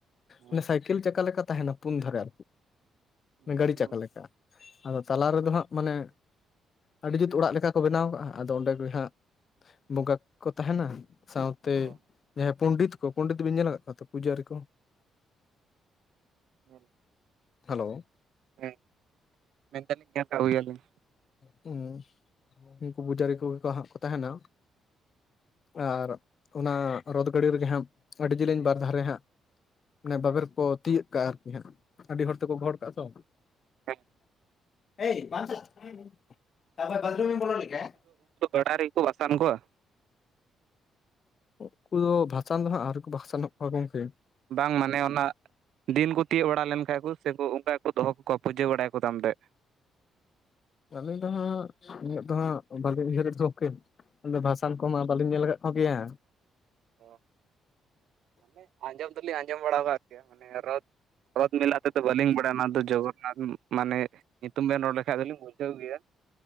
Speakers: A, on the right; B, on the left.
A: ᱦᱩᱸ
B: ᱚᱱᱮ ᱥᱟᱭᱠᱮᱞ ᱪᱟᱠᱟᱞᱮᱠᱟ ᱛᱟᱸᱦᱮᱱᱟ ᱯᱩᱱ ᱫᱷᱟᱨᱟ
A: ᱦᱩᱸ
B: ᱨᱮ ᱜᱟᱹᱲᱤ ᱪᱟᱠᱟ ᱞᱮᱠᱟ ᱟᱫᱚ ᱛᱟᱞᱟ ᱨᱮᱫᱚ ᱦᱟᱸᱜ ᱢᱟᱱᱮ ᱟᱹᱰᱤ ᱡᱩᱛ ᱚᱲᱟᱜ ᱞᱮᱠᱟ ᱠᱚ ᱵᱮᱱᱟᱣ ᱠᱟᱜᱼᱟ ᱟᱫᱚ ᱚᱸᱰᱮ ᱜᱮ ᱦᱟᱸᱜ ᱵᱚᱸᱜᱟ ᱠᱚ ᱛᱟᱸᱦᱮᱱᱟ ᱥᱟᱶᱛᱮ
A: ᱦᱩᱸ
B: ᱡᱟᱦᱟᱸᱭ ᱯᱚᱱᱰᱤᱛ ᱠᱚ ᱯᱚᱱᱰᱤᱛ ᱵᱤᱱ ᱧᱮᱞ ᱟᱠᱟᱫ ᱠᱚᱣᱟ ᱛᱚ ᱯᱩᱡᱟᱹᱨᱤᱠᱚ?
A: ᱧᱮᱞ
B: ᱦᱮᱞᱳ
A: ᱦᱮᱸ ᱢᱮᱱᱫᱟᱞᱤᱧ ᱧᱮᱞ ᱟᱹᱜᱩᱭᱟᱞᱤᱧ
B: ᱦᱮᱸ ᱩᱱᱠᱩ ᱯᱩᱡᱟᱨᱤ ᱠᱚᱜᱮ ᱠᱚ ᱦᱟᱸᱜ ᱠᱚ ᱛᱟᱦᱮᱱᱟ ᱟᱨ ᱚᱱᱟ ᱨᱚᱫᱽ ᱜᱟᱹᱰᱤ ᱨᱮᱜᱮ ᱦᱟᱸᱜ ᱟᱹᱰᱤ ᱡᱤᱞᱤᱧ ᱵᱟᱨ ᱫᱷᱟᱨᱮ ᱦᱟᱸᱜ ᱢᱟᱱᱮ ᱵᱟᱵᱮᱨ ᱠᱚ ᱛᱤᱜ ᱠᱟᱜᱼᱟ ᱟᱨᱠᱤ ᱦᱟᱸᱜ ᱟᱹᱰᱤ ᱦᱚᱲ ᱛᱮᱠᱚ ᱜᱚᱦᱚᱲ ᱠᱟᱜᱼᱟ ᱛᱚ
A: ᱦᱮᱸ
B: ᱮᱭ ᱵᱟᱢ ᱪᱟᱞᱟᱜ-ᱟ? ᱛᱟᱯᱚᱨᱮ ᱵᱟᱛᱨᱩᱢᱤᱧ ᱵᱚᱞᱚᱱ ᱞᱟᱹᱜᱤᱫ-ᱟ
A: ᱚᱲᱟᱜ ᱨᱮᱠᱚ ᱟᱥᱟᱱ ᱠᱚᱣᱟ
B: ᱩᱱᱠᱩ ᱵᱷᱟᱥᱚᱱ ᱫᱚ ᱦᱟᱸᱜ ᱟᱣᱨᱤᱠᱚ ᱵᱷᱟᱥᱚᱱᱚᱜ ᱦᱳ ᱜᱚᱢᱠᱮ
A: ᱵᱟᱝ ᱢᱟᱱᱮ ᱚᱱᱟ ᱫᱤᱱ ᱠᱚ ᱛᱤᱭᱳᱜ ᱵᱟᱲᱟ ᱞᱮᱱ ᱠᱟᱷᱡ ᱠᱚ ᱥᱮ ᱠᱚ ᱚᱱᱠᱟ ᱜᱮᱠᱚ ᱫᱚᱦᱚ ᱠᱚᱠᱚᱣᱟ ᱯᱩᱡᱟᱹ ᱵᱟᱲᱟᱭᱠᱚ ᱛᱟᱢ ᱛᱮ
B: ᱟᱞᱤᱧ ᱫᱚ ᱦᱟᱸᱜ ᱤᱧᱟᱹᱜ ᱫᱚ ᱦᱟᱸᱜ ᱵᱟᱞᱤᱧ ᱩᱭᱦᱟᱹᱨᱮᱫ ᱜᱚᱢᱠᱮ ᱟᱫᱚ ᱵᱷᱟᱥᱟᱱ ᱠᱚᱢᱟ ᱵᱟᱹᱞᱤᱧ ᱧᱮᱞ ᱟᱠᱟᱫ ᱠᱚᱜᱮᱭᱟ
A: ᱚ ᱢᱟᱱᱮ ᱟᱸᱡᱚᱢ ᱫᱚᱞᱤᱧ ᱟᱸᱡᱚᱢ ᱵᱟᱲᱟ ᱠᱟᱜ ᱜᱮᱭᱟ ᱢᱟᱱᱮ ᱨᱚᱫ ᱨᱚᱫᱽ ᱢᱮᱞᱟ ᱛᱮᱫᱚ ᱵᱟᱹᱞᱤᱧ ᱵᱟᱲᱟᱭᱟ ᱚᱱᱟ ᱫᱚ ᱡᱚᱜᱚᱱᱱᱟᱛᱷ ᱢᱟᱱᱮ ᱧᱩᱛᱩᱢ ᱵᱮᱱ ᱨᱚᱲ ᱞᱮᱠᱷᱟᱱ ᱫᱚᱞᱤᱧ ᱵᱩᱡᱟᱹᱣᱟ ᱵᱩᱡᱷᱟᱹᱣ ᱜᱮᱭᱟ